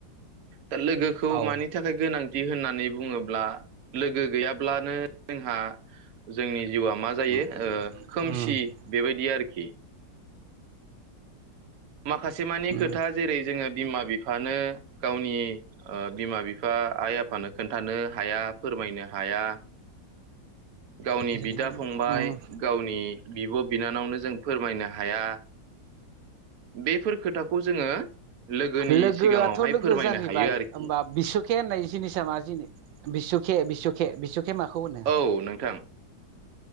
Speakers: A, on the right; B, on the right.
A: दा लोगोखौ
B: औ
A: मानि थाखाय गोनां थि होननानै बुङोब्ला लोगो गैयाब्लानो जोंहा जोंनि जिउआ मा जायो
B: उम
A: ओ खोमसि
B: उम
A: बेबायदि आरोखि। माखासेमानि
B: उम
A: खोथा जेरै जोङो बिमा बिफानो गावनि ओ बिमा बिफा आइ आफानो खोन्थानो हाया फोरमायनो हाया। गावनि
B: उम
A: बिदा फंबाय गावनि बिब बिनानावनो जों फोरमायनो हाया बेफोर खोथाखौ जोङो लोगोनि
B: लोगोआथ
A: सिगाङावहाय
B: लोगो
A: फोरमायनो
B: जाहैबाय
A: हायो आरोखि
B: होमबा बिसुके होननाय जिनिसा मा जिनि बिसुके बिसुके बिसखे खे माखौ होनो?
A: औ नोंथां